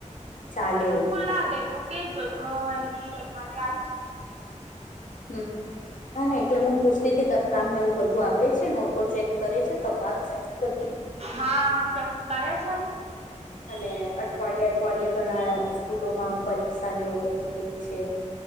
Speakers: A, on the left; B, on the right.
A: ચાલે
B: અનુકૂળ
A: એવું છે
B: લાગે તો કેજો તો એડમિશન માટે આવીશ.
A: હમ, ના ના, એટલે હું પુસ્તક થી કામને એવું બધું આપે છે, નોટો ચેક કરે છે. તપાસ છે, બધી
B: હા કરે છે ને
A: અને અઠવાડિયે અઠવાડિયે ઘણા સ્કૂલોમાં પરીક્ષા ને એવું બધું લે છે?